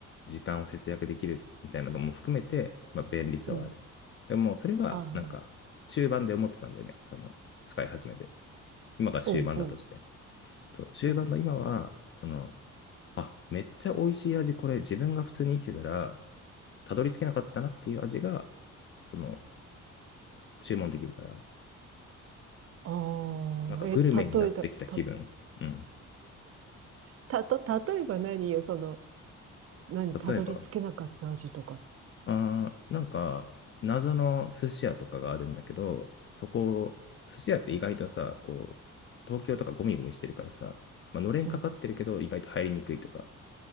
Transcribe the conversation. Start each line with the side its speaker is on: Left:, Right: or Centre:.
Left: 時間を節約できるみたいなのも含めて、まあ、便利さはある。
Right: うん、
Left: でもそれはなんか中盤で思ってたんだよね。
Right: ああ、
Left: その使い始めて。今が終盤だとして。
Right: うん、うん、
Left: そう、終盤の今は、
Right: うん。
Left: その、あ、めっちゃ美味しい味、これ自分が普通に生きてたら、たどり着けなかったなっていう味が、その、注文できるから、
Right: ああ、
Left: なんかグルメになってきた気分。
Right: え、例えた、た、
Left: うん。
Right: た、た、例えば何よ、その、何、たどり着けなかった味とか。
Left: 例えば、あー、なんか、謎の寿司屋とかがあるんだけど、そこ、寿司屋って意外とさ、こう、東京とかゴミゴミしてるからさ、まあ、のれんかかってるけど、
Right: うん。
Left: 意外と入りにくいとか、